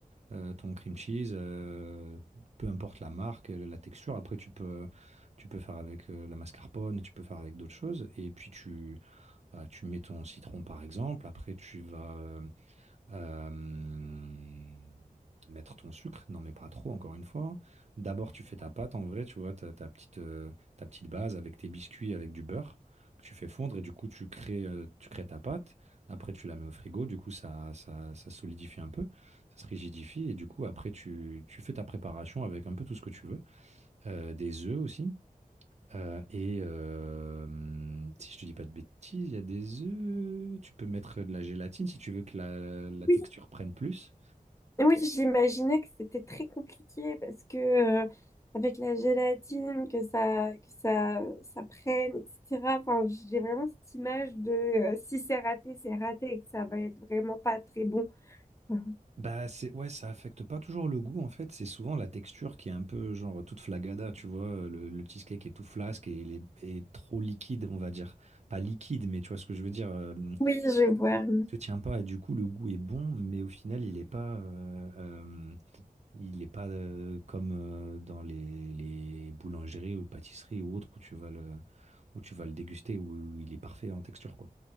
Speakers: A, on the right; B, on the left.
A: euh, ton cream cheese, euh, peu importe la marque, euh, la texture. Après, tu peux, tu peux faire avec euh, la mascarpone, tu peux faire avec d'autres choses. Et puis, tu, euh, tu mets ton citron, par exemple. Après, tu vas, euh, Hem, mettre ton sucre, non, mais pas trop, encore une fois. D'abord, tu fais ta pâte en vrai, tu vois, ta, ta petite, euh, ta petite base avec tes biscuits, avec du beurre que tu fais fondre et du coup, tu crées, euh, tu crées ta pâte. Après, tu la mets au frigo, du coup, ça, ça, ça solidifie un peu, ça se rigidifie et du coup, après, tu, tu fais ta préparation avec un peu tout ce que tu veux. Euh, des œufs aussi. Heu et hem, si je te dis pas de bêtises, il y a des œufs, tu peux mettre de la gélatine si tu veux que la la texture
B: oui.
A: prenne plus.
B: Oui, j'imaginais que c'était très compliqué parce que euh, avec la gélatine, que ça, que ça, ça prenne, etc. Enfin, j'ai vraiment cette image de euh, si c'est raté, c'est raté et que ça va être vraiment pas très bon. <laughs>
A: Bah, c'est ouais, ça affecte pas toujours le goût en fait, c'est souvent la texture qui est un peu genre toute flagada, tu vois? le le cheesecake est tout flasque et il est et trop liquide, on va dire. Pas liquide, mais tu vois ce que je veux dire? Hem,
B: Oui, je vois.
A: il se tient pas et du coup le goût est bon, mais au final il est pas, heu, hem Il n'est pas euh, comme euh, dans les, les boulangeries ou pâtisseries ou autres où tu vas le, où tu vas le déguster, où il est parfait en texture, quoi.